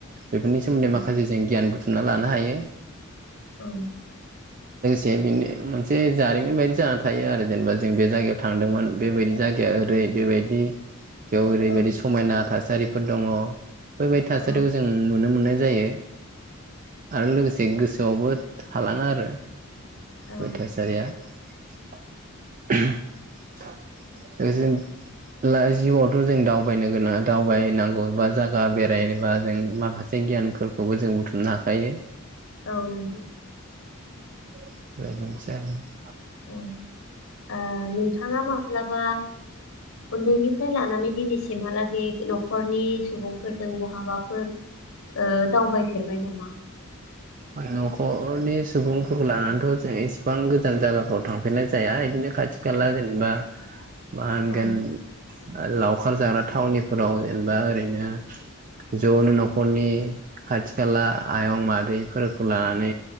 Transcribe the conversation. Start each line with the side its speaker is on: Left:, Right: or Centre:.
Right: बेफोरनि सोमोन्दै
Left: औ
Right: माखासे जों गियान बुथुमना लानो हायो।
Left: औ
Right: दे बिनो मोनसे जारिमिन बे बदि जाना थायो आरो जेनेबा जों बे जायगायाव थांदोंमोन बेबायदि जायगाया ओरै बेबायदि। बेयाव ओरैबायदि
Left: औ
Right: समायना थासारि। फोर दंङ। बेफोरबायदि थासारिखौ
Left: औ
Right: जों नुनो मोननाय जायो आरो लोगोसे गोसो रावबो थालाङा आरो।
Left: औ
Right: बे थासारिया <inaudible> बे जों ला जिउआवथ' जों दावबायनो गोनां दावबायनांगौ बा जायगा बेरायबा जों माखासे गियानफोरखौबो जों बुथुमनो हाखायो।
Left: औ नंगौ
Right: <unintelligible>
Left: औ ओ नोंथाङा ओ माब्लाबा उन्दैनिफ्राय लानानै दिनैसिमहालागै न'खरनि सुबुंफोरजों बहाबाफोर ओ दावबायफेरबाय नामा?
Right: न'खरनि सुबुंफोरखौ लानानैथ' जों इसिबां गोजान जायगाफ्राव थांफेरनाय जाया बिदिनो खाथि खाला जेनेबा मा होनगोन?
Left: औ
Right: ओ लावखार जाना थावनिफोराव जेनेबा ओरैनो ज'नो न'खरनि खाथि खाला आयं मादै फोरखौ लानानै।